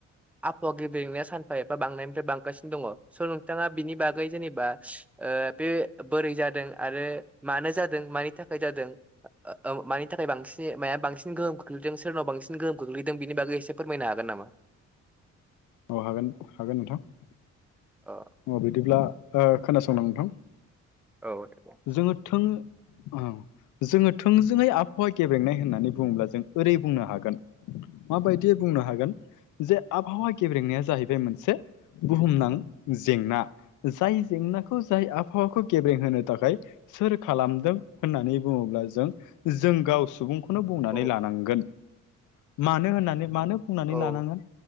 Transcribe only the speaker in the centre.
आबहावा गिबेंनाया सान फा एफा बांनायनिफ्राय बांगासिनो दङ स' नोंथाङा बिनि बागै जेनेबा बे बोरै जा दों आरो मानो जादों मानि थाखाय जादों ओ‌ मानि थाखाय बांसान माया बांसिन गोहोम गोहोम खोख्लैदों सोरनाव बांसिन गोहोम खोख्लैदों बिनि बागै एसे फोरमायनो हागोन नामा?
अ
औ दे औ
औ
औ